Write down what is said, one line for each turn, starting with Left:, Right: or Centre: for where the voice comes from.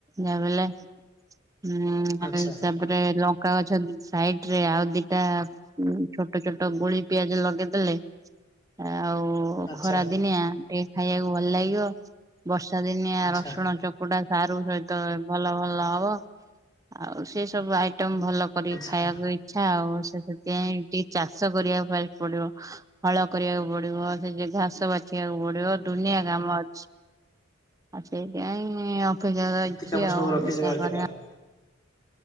Right: ଯାହାବି ହେଲେ। ହୁଁ
Left: ଆଚ୍ଛା।
Right: ତାପରେ ଲଙ୍କା ଲଙ୍କା ଗଛ ସାଇଟରେ ଆଉ ଦିଟା ଛୋଟ ଛୋଟ ଗୁଳି ପିଆଜ ଲଗେଇଦେଲେ ଆଉ
Left: ଆଚ୍ଛା
Right: ଖରା ଦିନିଆ ଟିକେ ଖାଇବାକୁ ଭଲ ଲାଗିବ ବର୍ଷା ଦିନିଆ
Left: ଆଚ୍ଛା
Right: ରସୁଣ ଚକୁଡା ସାରୁ ସହିତ ଭଲ ଭଲ ହବ ଆଉ ସେ ସବୁ ଆଇ ଆଇଟମ୍ ଭଲ କରିକି
Left: ଆଚ୍ଛା
Right: ଖାଇବାକୁ ଇଚ୍ଛା ଆଉ। ସେଥିପାଇଁ ଟିକେ ଚାଷ କରିବାପାଇଁ ପଡିବ ହଳ କରିବାକୁ ପଡିବ ସେ ଯଉ ଘାସ ବାଛି ବାଛିବାକୁ ପଡିବ ଦୁନିଆ କାମ ଅଛି ଆଉ ସେଇଥିାଇଁ ଯା
Left: ଏତେ
Right: ଅଛିି
Left: କାମ
Right: ଆଉ
Left: ସବୁ ରଖିଛ
Right: ଦେଖିଆ
Left: ବାକି
Right: କରିବା।
Left: ତାହେଲେ।